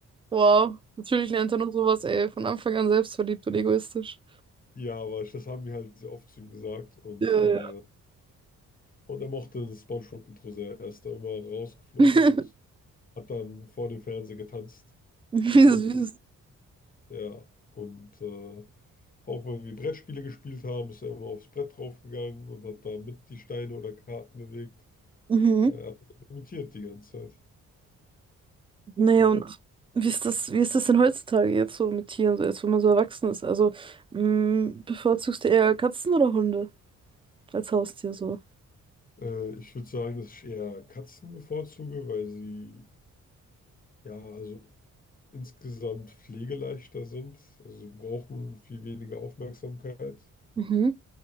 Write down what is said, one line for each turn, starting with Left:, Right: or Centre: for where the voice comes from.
Right: Wow. Natürlich lernt er nur sowas, ey, von Anfang an selbstverliebt und egoistisch.
Left: ja, aber das haben wir halt sehr oft zu ihm gesagt und
Right: Ja,
Left: äh,
Right: ja.
Left: Und er mochte das SpongeBob-Intro sehr. Er ist da immer rausgeflogen
Right: <laughs>
Left: und hat dann vor dem Fernseher getanzt
Right: Wie
Left: und mit.
Right: süß.
Left: Ja, und äh, auch wenn wir Brettspiele gespielt haben, ist er immer aufs Brett draufgegangen und hat da mit die Steine oder Karten bewegt.
Right: Mhm.
Left: Er hat das imitiert die ganze Zeit.
Right: Naja,
Left: Ja.
Right: und wie ist das, wie ist das denn heutzutage jetzt so mit Tieren, so jetzt, wenn man so erwachsen ist? Also, mh, bevorzugst du eher Katzen oder Hunde? als Haustier so.
Left: Äh, ich würde sagen, dass ich eher Katzen bevorzuge, weil sie ja, also insgesamt pflegeleichter sind. Also sie brauchen viel weniger Aufmerksamkeit.
Right: Mhm.